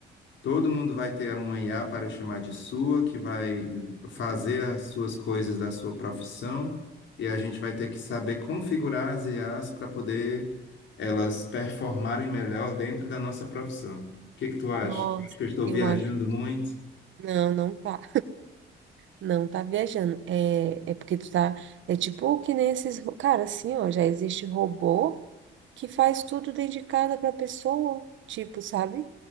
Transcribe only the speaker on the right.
Nossa,
eu
acho.
Não, não tá. Não tá viajando. É, é porque tu tá. É tipo que nem esses. ro- Cara, assim, ó, já existe robô que faz tudo dentro de casa pra pessoa, tipo, sabe?